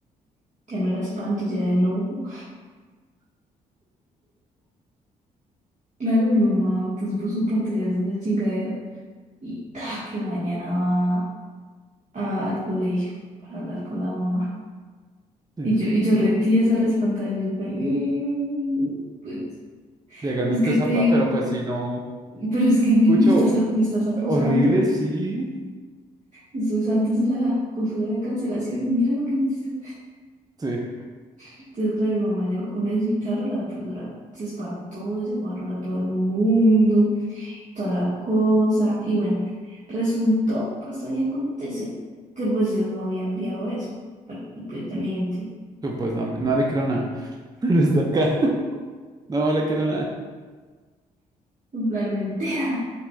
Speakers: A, on the right; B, on the right.
A: ya no era espanto, ya era enojo, claro, mi mamá pues puso pantallas de esa chingadera y ta, que mañana va a- al colegio para hablar con la mamá.
B: Sí,
A: Y yo, y yo retí esa respantada y yo en plan, "Mm, pues
B: legalmente
A: es que
B: zapa,
A: te digo,
B: pero pues si no.
A: pero es que
B: Escucho,
A: amigo, me estás, ac- me estás acosando.
B: horrible, sí.
A: Eso es antes de la cultura de cancelación y mira lo que me hiciste.
B: Sí,
A: Entonces, claro, mi mamá llegó con eso y claro, la profesora se espantó, llamaron a todo el mundo, toda la cosa. Y bueno, resultó, pasa y acontece que pues él no había enviado eso. Bueno, y pues también,
B: supuestamente. No le creo nada. <laughs> Pero está acá. <laughs> No le creo nada.
A: en plan mentira.